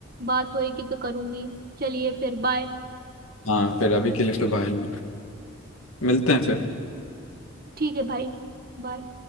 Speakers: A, on the right; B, on the left.
A: बात होएगी तो करूंगी चलिए फिर बाय
B: हाँ फिर अभी के लिए तो भाई मिलते हैं फिर
A: ठीक है भाई बाय